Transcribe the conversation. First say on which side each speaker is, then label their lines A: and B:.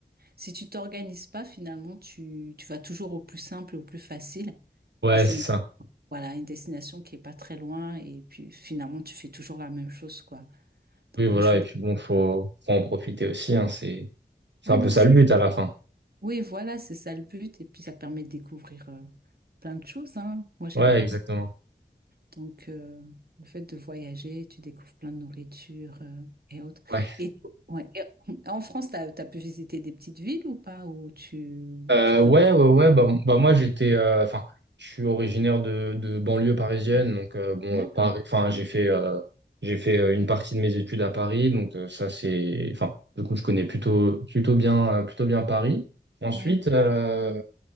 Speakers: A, on the right (about 55°); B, on the right (about 75°).
A: si tu t'organises pas, finalement, tu, tu vas toujours au plus simple et au plus facile.
B: Ouais,
A: Et c'est
B: c'est
A: une,
B: ça.
A: voilà, une destination qui est pas très loin. Et puis, finalement, tu fais toujours la même chose, quoi. Donc
B: Oui, voilà,
A: là, je voudrais.
B: et puis bon, faut, faut en profiter aussi, hein, c'est, c'est
A: Ouais,
B: un
A: non,
B: peu ça
A: c'est
B: le but à la fin.
A: Oui, voilà, c'est ça le but. Et puis, ça te permet de découvrir euh, plein de choses, hein. Moi, j'aime
B: Ouais,
A: bien,
B: exactement.
A: moi. Donc, euh, le fait de voyager, tu découvres plein de nourriture euh, et autres.
B: Ouais.
A: Et, ouais, et en France, tu as, pu visiter des petites villes ou pas, où tu,
B: Euh,
A: tu connais?
B: ouais, ouais, ouais. Bah, m- bah moi, j'étais, euh, enfin, je suis originaire de, de banlieue parisienne, donc euh, bon,
A: D'accord,
B: euh, Paris. Enfin, j'ai fait, euh, j'ai fait euh, une partie de mes études à Paris, donc euh, ça c'est, enfin, du coup, je connais plutôt, plutôt bien, euh, plutôt bien Paris. Ensuite,
A: oui.
B: euh,